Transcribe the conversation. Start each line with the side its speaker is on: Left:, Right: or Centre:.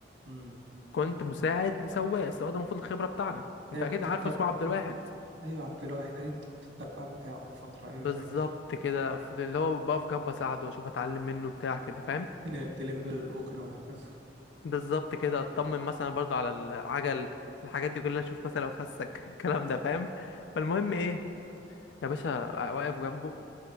Right: م.
Left: كنت مساعد لسواق السواق ده المفروض الخبره بتاعنا انت
Right: أيوة
Left: اكيد
Right: كنت
Left: عارفه
Right: التب...
Left: اسمه عبد
Right: كنت
Left: الواحد
Right: أيوة عبد الواحد أيوة كنت التبع بتاعه في فترة أيوة
Left: بالظبط
Right: فاكر
Left: كده في اللي هو بقف جنبه اساعده واشوف اتعلم منه بتاع كده فاهم
Right: تل- تلم له الأجرة وهكذا
Left: بالظبط كده اطمن مثلا برضو على العجل الحاجات دي كلها اشوف مثلا لو فسك <laughs> الكلام ده فاهم فالمهم ايه يا باشا واقف جنبه